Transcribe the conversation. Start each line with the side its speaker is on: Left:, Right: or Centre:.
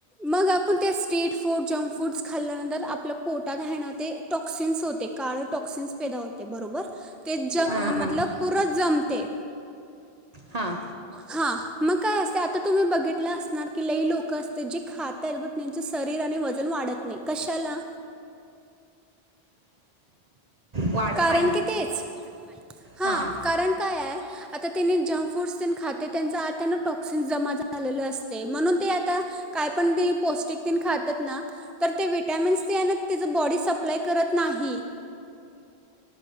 Centre: मग आपण ते स्ट्रीट फूड, जंक फूड्स खाल्ल्या नंतर आपलं पोटात हायना ते टॉक्सिन्स होते, काळं टॉक्सिन्स पैदा होते. बरोबर ते ज
Right: हां हां
Centre: पुरच जमते
Right: हां
Centre: हा मग काय असते आता तुम्ही असणार की लई लोक अस- जी खात्यात बट त्यांच शरीर आणि वजन वाढत नाही, कशाला?
Right: वाढत
Centre: कारण
Right: नाही
Centre: कि तेच, हा
Right: हां
Centre: कारण काय आहे. आता तिनी जंक फूडस खाते, त्यांच आता टॉक्सिन जमा झालेलं असते, म्हणून ते आता काय पण ते पौष्टिक तेन खातेत ना, तर ते विटॅमिन्स ते आहेन बॉडी सप्लाय करत नाही.